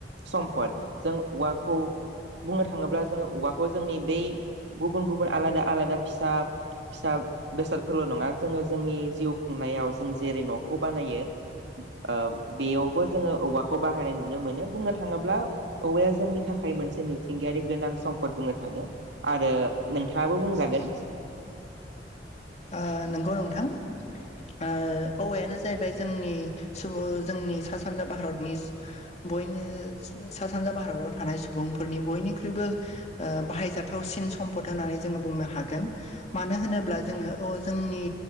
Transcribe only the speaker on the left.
ओ नंगौ नोंथां ओ औवायानो जाहैबाय जोंनि सुबुं जोंनि सा सानजा भारतनि बयनो सा सानजा भारताव थानाय सुबुंफोरनि बयनिख्रुइबो ओ बाहायजाथावसिन सम्फद होननानै जोंङो बुंनो हागोन मानो होनोब्ला जोंङो अ जोंनि